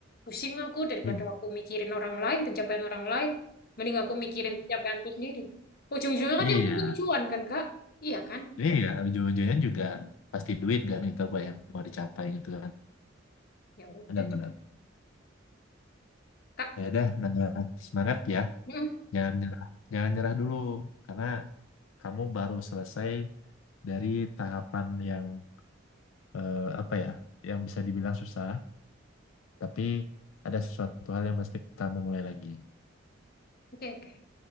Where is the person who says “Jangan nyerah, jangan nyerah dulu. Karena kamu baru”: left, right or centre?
Left